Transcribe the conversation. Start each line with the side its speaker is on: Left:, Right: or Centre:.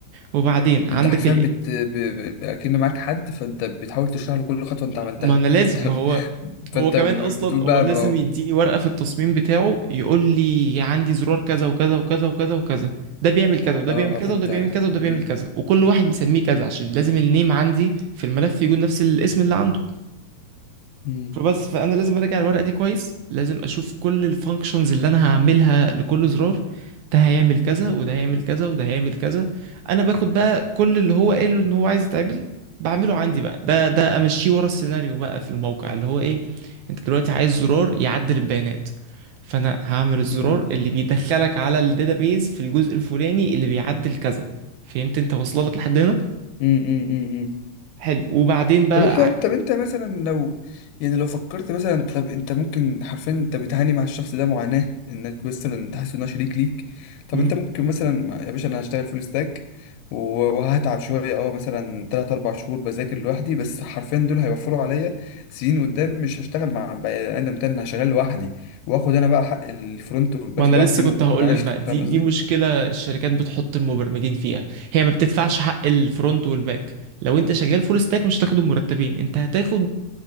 Right: وبعدين عندك
Left: انت حرفيا
Right: ال
Left: بت... ب... ب... اكن معاك حد فانت بتحاول تشرح له كل خطوه انت عملتها
Right: ما انا لازم
Left: فانت
Right: ما هو
Left: <laughs>
Right: هو
Left: فانت
Right: كمان
Left: ب...
Right: اصلا
Left: بتقول بقى
Right: هو لازم
Left: ما
Right: يديني ورقة في التصميم بتاعه يقول لي عندي زرار كذا وكذا وكذا وكذا وكذا ده بيعمل كذا وده
Left: اه
Right: بيعمل كذا
Left: اه فانت
Right: وده بيعمل كذا
Left: مم.
Right: وده بيعمل كذا وكل واحد مسميه كذا عشان لازم النيم عندي في الملف يكون نفس الاسم اللي عنده
Left: مم.
Right: فبس فانا لازم اراجع الورقه دي كويس لازم اشوف كل الفانكشنز اللي انا هعملها لكل زرار ده هيعمل كذا وده هيعمل كذا وده هيعمل كذا انا باخد بقى كل اللي هو قاله ان هو عايز يتعمل بعمله عندي بقى ده ده امشيه ورا السيناريو بقى في الموقع اللي هو ايه انت دلوقتي عايز زرار يعدل البيانات فانا هعمل الزرار
Left: مم.
Right: اللي بيدخلك على الداتابيز في الجزء الفلاني اللي بيعدل كذا فهمت انت واصله لك لحد هنا
Left: مم. مم. مم.
Right: حلو وبعدين بقى
Left: طب انت طب انت مثلا لو يعني لو فكرت مثلا طب انت ممكن حرفيا انت بتعاني مع الشخص ده معاناة انك مثلا انت حاسس ان هو شريك ليك طب
Right: ع...
Left: انت ممكن مثلا يا باشا انا هشتغل فول ستاك و- وهتعب شوية اه مثلا تلات أربع شهور بذاكر لوحدي بس حرفيا دول هيوفروا عليا سنين قدام مش هشتغل مع بني آدم تاني أنا هشتغل لوحدي واخد انا بقى حق الفرونت والباك
Right: ما انا
Left: لوحدي
Right: لسه كنت
Left: و-
Right: هقول
Left: واعيش
Right: لك بقى
Left: فاهم
Right: دي
Left: قصدي؟
Right: دي مشكله الشركات بتحط المبرمجين فيها هي ما بتدفعش حق الفرونت والباك لو انت شغال فول ستاك مش هتاخد المرتبين انت هتاخد